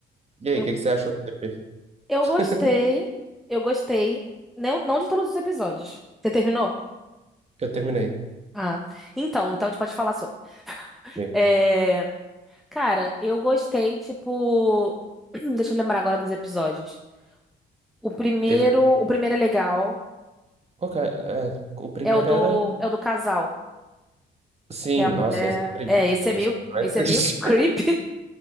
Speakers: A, on the right; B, in the centre.
A: E aí,
B: Eu,
A: o que que você achou do TP?
B: eu
A: <laughs>
B: gostei, eu gostei. Não, não de todos os episódios. Você terminou?
A: Eu terminei.
B: Ah, então, então a gente pode falar sobre.
A: Sim.
B: É, cara, eu gostei, tipo. <clears throat> Deixa eu lembrar agora dos episódios. O primeiro,
A: Teve.
B: o primeiro é legal,
A: Qual que é? É, o primeiro
B: é o do,
A: era.
B: é o do casal.
A: Sim,
B: Que a mulher.
A: nossa, esse é triste.
B: É, esse é meio.
A: Esse é
B: Esse
A: triste.
B: é meio creepy.
A: <laughs>